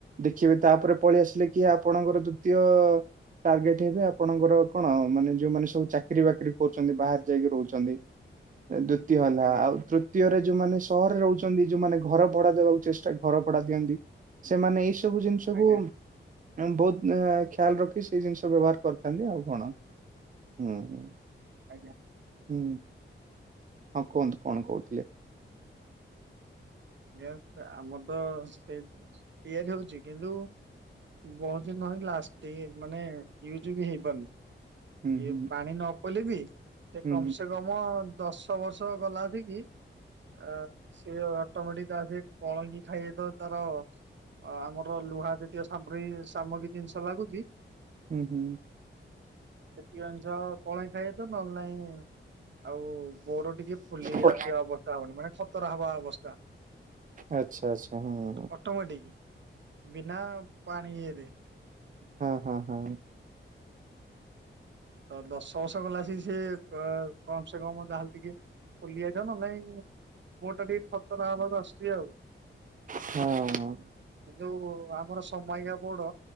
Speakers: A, on the right (about 40°); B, on the right (about 65°).
A: ଦେଖିବେ ତାପରେ ପଳେଇ ଆସିଲେ କି, ଆପଣଙ୍କର ଦ୍ଵିତୀୟ ଟାର୍ଗେଟ ହେବେ ଆପଣଙ୍କର କଣ ମାନେ ଯୋଉମାନେ ସବୁ ଚାକିରି ବାକିରି କରୁଛନ୍ତି, ବାହାରେ ଯାଇକି ରହୁଛନ୍ତି। ଦ୍ଵିତୀୟ ହେଲା,
B: ଆଜ୍ଞା
A: ଆଉ ତୃତୀୟରେ। ଯୋଉମାନେ ସହରରେ ରହୁଛନ୍ତି ଯୋଉମାନେ ଘର ଭଡା ଦେବାକୁ ଚେଷ୍ଟା ଘର ଭଡା ଦିଅନ୍ତି, ସେମାନେ ଏଇ ସବୁ ଜିନିଷକୁ
B: ଆଜ୍ଞା
A: ମାନେ ବହୁତ ଏ ଖ୍ୟାଲ ରଖି ସେଇ ଜିନିଷ ବ୍ୟବହାର କରିଥାନ୍ତି, ଆଉ କଣ? ହୁଁ ହୁଁ।
B: ଆଜ୍ଞା।
A: ହୁଁ ହଁ କୁହନ୍ତୁ କଣ କହୁଥିଲେ?
B: ଜ୍ଞା ଆମର ତ ସେ ତିଆରି ହଉଛି କିନ୍ତୁ। ବହୁତ ଦିନ ହେଲା ଷ୍ଟେ ମାନେ ୟୁଜ ବି ହେଇପାରୁନି।
A: ହୁଁ
B: ଇଏ
A: ହୁଁ
B: ପାଣି ନ ପଇଲେ ବିି ସେ
A: ହୁଁ
B: କମ ସେ କମ। ଦଶ ବର୍ଷ ଗଲା ହେରି କି। ଆ ସିଏ ଅଟୋମେଟିକ ତା ଦିହେରେ କଳଙ୍କି ଖାଇଦେଇଥିବ ତାର। ଆମର ଲୁହା ଯେତିକ ସାମ୍ରୀ ସାମଗ୍ରୀ ଜିନିଷ ଲାଗୁଛି।
A: ହୁଁ ହୁଁ।
B: ସେତିିକି ଜିନିଷ କଳଙ୍କି ଖାଇଦେଇଥିବ ନଏଲେ ନାଇଁ ଆଉ ବୋର ଟିକେ ଫୁଲି
A: ହୁଁ
B: ଆସିବା ଅବସ୍ଥା ହବଣି ମାନେ ଖତରା ହବା ଅବସ୍ଥା।
A: ଆଚ୍ଛା ଆଚ୍ଛା ହୁଁ ହୁଁ।
B: ଅଟୋମେଟିକ। ବିନା ପାଣି ଇଏରେ।
A: ହଁ ହଁ ହଁ।
B: ତ ଦଶ ବର୍ଷ ଗଲା ସି ସିଏ ଏ କମ ସେ କମ ଯାହାହେଲେ ଟିକେ। ଫୁଲିଆଇଥିବ ନ ନାଇଁ ବୋଡ ଟା ଟିକେ ଖତରା ହବାକୁ ଆସୁଛି ଆଉ।
A: ହଁ ହଁ।
B: କି ଯୋଉ ଆମର ସନମାଇକା ବୋଡ